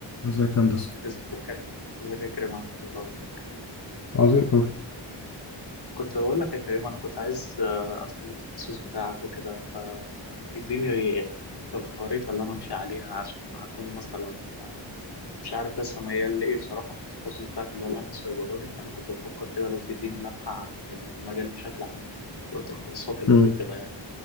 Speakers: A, on the left; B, on the left.
A: ازيك يا هندسة
B: ازيك يا كريم ازيك يا كريم عامل ايه الاخبار
A: عظيم أوي
B: كنت بقول لك يا كريم انا كنت عايز آه، ادخل التخصص بتاعك وكده فاديني الخريطه اللي انا امشي عليها عشان اكون مثلا مش عارف لسه ميال لايه بصراحه في التخصص بتاعك اللي هو الامن السيبراني فانا كنت بفكر كده لو تديني لمحه عن المجال بشكل عام والتخصصات اللي
A: مم.
B: فيه كده يعني